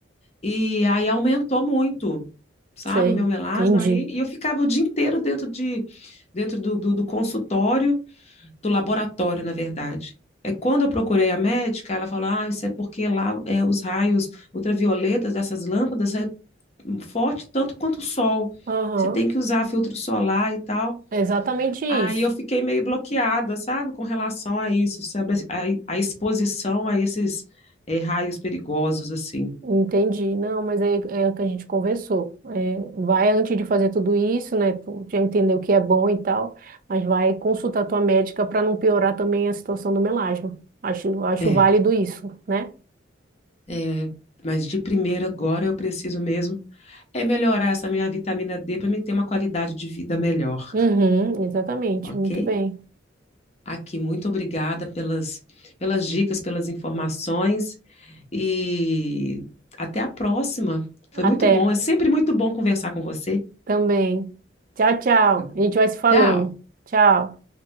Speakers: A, on the left; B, on the right.
A: E aí aumentou muito, sabe,
B: sei,
A: o meu melasma.
B: entendi.
A: Aí, e eu ficava o dia inteiro dentro de, dentro do, do, do consultório, do laboratório, na verdade. É quando eu procurei a médica, ela falou: Ah, isso é porque lá é, os raios ultravioletas dessas lâmpadas é forte tanto quanto o sol.
B: Aham,
A: Você tem que usar filtro solar e tal.
B: é exatamente isso.
A: Aí eu fiquei meio bloqueada, sabe, com relação a isso, sobre a, a exposição a esses eh, raios perigosos, assim.
B: Entendi. Não, mas é, é o que a gente conversou. É, vai antes de fazer tudo isso, né? Tu já entendeu o que é bom e tal, mas vai consultar tua médica para não piorar também a situação do melasma. Acho, acho
A: É.
B: válido isso, né?
A: É, mas de primeiro agora eu preciso mesmo é melhorar essa minha vitamina D para me ter uma qualidade de vida melhor,
B: Uhum, exatamente.
A: ok?
B: Muito bem.
A: Aqui, muito obrigada pelas, pelas dicas, pelas informações e até a próxima. Foi muito
B: Até.
A: bom, é sempre muito bom conversar com você.
B: Também. Tchau, tchau.
A: Tá bom.
B: A gente vai se falando.
A: Tchau.
B: Tchau.